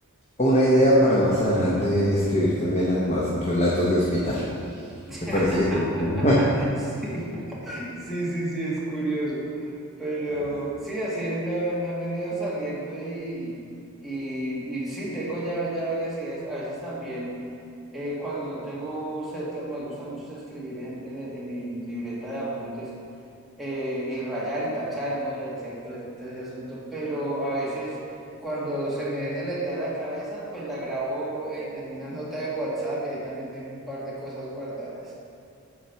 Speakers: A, on the left; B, in the centre.
A: Una idea para más adelante escribir también, además, relatos de hospital,
B: <laughs>
A: que parece que te gustan.
B: <laughs> Sí, sí, sí, sí, es curioso. Pero
A: Ah,
B: sí, así me, me han venido saliendo y, y, y sí, tengo ya, ya varias ideas. A veces también, eh, cuando no tengo cerca, me gusta mucho es escribir en, en- en mi libreta de apuntes eh, y rayar y tachar, ¿no? Y hacer todo ese, todo ese asunto. Pero a veces, cuando se me viene la idea a la cabeza, pues la grabo en, en una nota de WhatsApp y ahí también tengo un par de cosas guardadas.